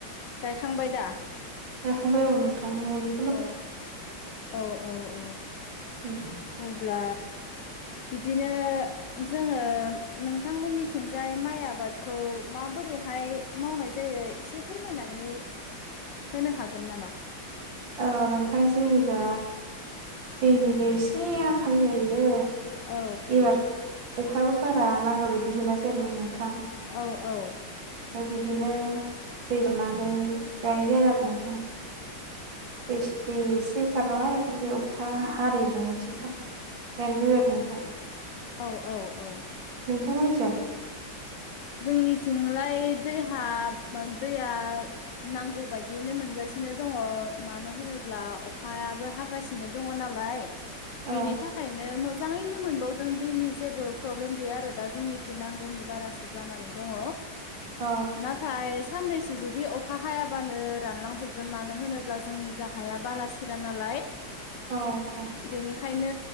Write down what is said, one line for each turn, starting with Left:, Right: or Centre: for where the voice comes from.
Left: गायखांबाय दा
Right: गायखांबाय औ नोंथां न'नि
Left: औ औ औ औ
Right: उम
Left: अब्ला बिदिनो जोङो नोंथांमोननिथिंजाय माइ आबादखौ माबोरैहाय मावनाय जायो एसे फोरमायनानै होनो हागोन नामा?
Right: औ नोंथां जोंनि जा दैनिबो एसे आंखाल जायो
Left: औ
Right: एबार अखायाबो बारा नांगौ बायदि मोनासै आरो ना नोंथां
Left: औ औ
Right: ओमफ्राय बिदिनो दै राननानै गायनाय जायाखै आरो नोंथां देस दैस एसे सारबाय ओमफ्राय अखा हादैजों एसे गायनाय जाबाय आरो नोंथां
Left: औ औ औ
Right: नोंथांमोननि थिं जालाय
Left: जोंनिथिंलाय दैहा दैया नांगौ बायदियैनो मोनगासिनो दङ' मानो होनोब्ला अखायाबो हा- गासिनो दङ' नालाय
Right: औ
Left: बेनि थाखायनो मोजाङैनो मोनबावदों दैनि जेबो प्रब्लेम गैया आरो दा जोंनिखि नांगौनि बारासो जानानै दङ'
Right: औ
Left: नाथाय साननैसो जुदि अखा हायाबानो रानलांजोबगोन मानो होनोब्ला जोंनि जा हाया बालासिया नालाय
Right: अ उम
Left: बेनिखायनो